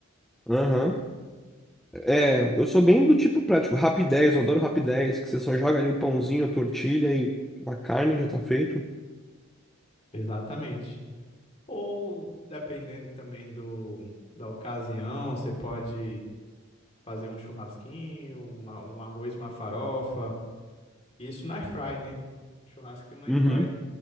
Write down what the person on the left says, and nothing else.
Exatamente. Ou, dependendo também do, da ocasião, você pode fazer um churrasquinho, uma, um arroz, uma farofa. Isso na airfry, né? Um churrasquinho na
airfry.